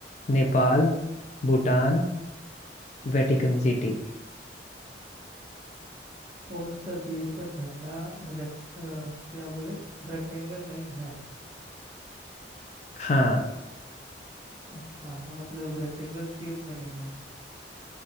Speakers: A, on the left; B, on the right.
A: Nepal Bhutan Vatican City
B: कौन सा देश का झंडा रेक अ, क्या बोले रेक्टेंगल नहीं है
A: हाँ
B: अच्छा हाँ मतलब रेक्टेंगल शेप में नहीं है